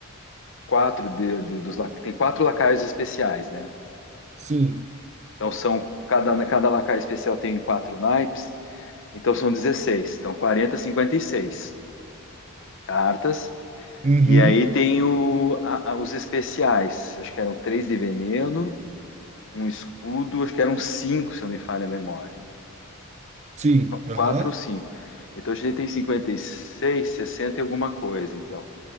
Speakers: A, on the left (about 60°); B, on the right (about 30°).
A: quatro de, de- dos, la- tem quatro lacaios especiais, né?
B: Sim.
A: Então, são, cada, cada lacaio especial tem quatro naipes, então são 16. Então, quarenta, cinquenta e seis cartas.
B: Uhum.
A: E aí tem o, a- a- os especiais, acho que eram três de veneno, um escudo, acho que eram cinco, se não me falha a memória.
B: Sim, aham.
A: Quatro ou cinco. Então a gente tem 56, 60 e alguma coisa, então.